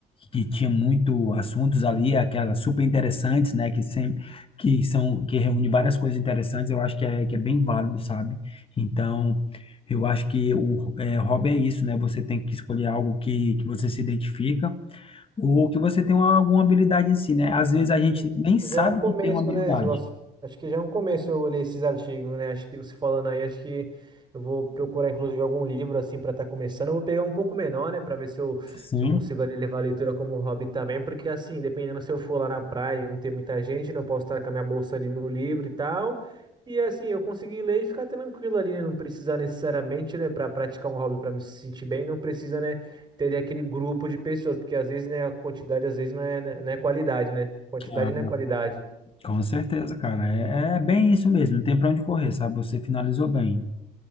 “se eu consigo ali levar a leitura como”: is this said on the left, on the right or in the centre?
Right